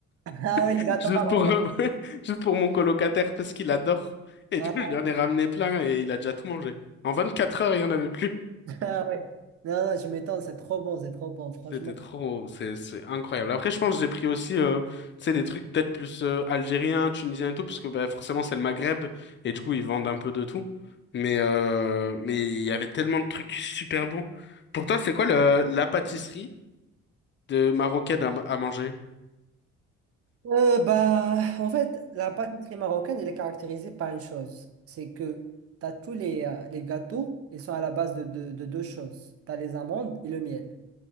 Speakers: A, on the right (about 50°); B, on the left (about 40°).
A: Ah oui,
B: <laughs>
A: les gâteaux
B: juste
A: marocains.
B: pour, <laughs> juste pour mon colocataire parce qu'il adore. Et
A: Ah,
B: du coup, je lui en ai ramené plein et il a déjà tout mangé. En 24 heures, il n'y en avait plus.
A: <laughs> ah, ouais. Non, non, je m'étonne, c'est trop bon, c'est trop bon, franchement.
B: C'était trop, c'est c'est incroyable. Après, je pense que j'ai pris aussi, euh, tu sais, des trucs peut-être plus euh, algériens, tunisiens et tout, parce que bah, forcément c'est le Maghreb et du coup ils vendent un peu de tout. Mais euh, mais il y avait tellement de trucs super bons. Pour toi, c'est quoi le la pâtisserie de marocaine à, à manger?
A: Euh, bah, en fait, la pâtisserie marocaine, elle est caractérisée par une chose, c'est que tu as tous les, euh, les gâteaux, ils sont à la base de, de- de deux choses. Tu as les amandes et le miel.